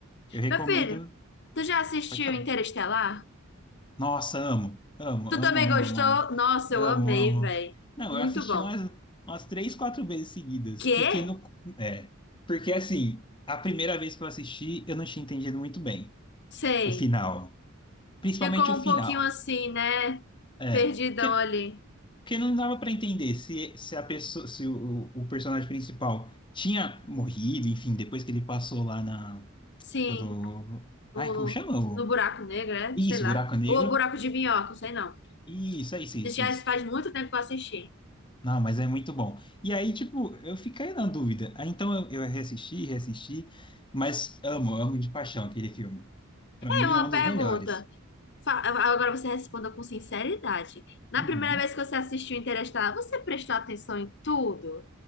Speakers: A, on the left; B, on the left.
A: Eu recomendo.
B: Meu filho, tu já assistiu
A: Pode falar.
B: Interestelar?
A: Nossa, amo, amo,
B: Tu
A: amo,
B: também
A: amo,
B: gostou?
A: amo, amo,
B: Nossa,
A: amo,
B: eu amei, velho.
A: amo. Não,
B: Muito
A: eu assisti
B: bom.
A: umas, umas três, quatro vezes seguidas,
B: Quê?
A: porque no, é, porque assim, a primeira vez que eu assisti, eu não tinha entendido muito bem
B: Sei.
A: o final, principalmente
B: Ficou
A: o final,
B: um pouquinho assim, né?
A: é,
B: Perdidão
A: que,
B: ali.
A: que não dava para entender se, se a pessoa, se o, o personagem principal tinha morrido, enfim, depois que ele passou lá na,
B: Sim,
A: do, ai,
B: no,
A: como chama? o-
B: no, buraco negro, né?
A: Isso,
B: Sei lá.
A: buraco negro.
B: Ou o buraco de minhoca, sei não.
A: Isso, é isso, é isso,
B: Já
A: é isso.
B: faz muito tempo que eu assisti.
A: Não, mas é muito bom. E aí, tipo, eu fiquei na dúvida. Aí, Então eu, eu reassisti, reassisti, mas amo, amo de paixão aquele filme. Pra mim
B: É uma
A: é um dos
B: pergunta.
A: melhores.
B: Fa- Agora você responda com sinceridade. Na
A: Uhum.
B: primeira vez que você assistiu Interestelar, você prestou atenção em tudo?